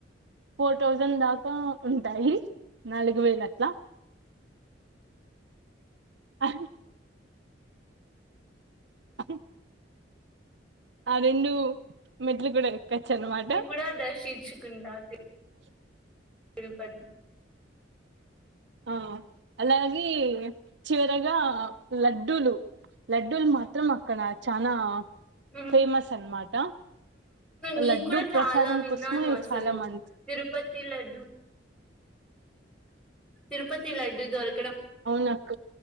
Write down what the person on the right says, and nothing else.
ఫోర్ థౌజండ్ దాకా ఉంటాయి నాలుగు వేల అట్లా
అ చె ఆ రెండు మెట్లు కూడా ఎక్కచ్చు అనమాట
అ
ఆ అలాగే చివరగా లడ్డూలు లడ్డూలు మాత్రం అక్కడ చనా
ఫేమస్ అన్నమాట
లడ్డూ
ప్రసాదం
కోసమే
చాలా మంది
అవును అక్క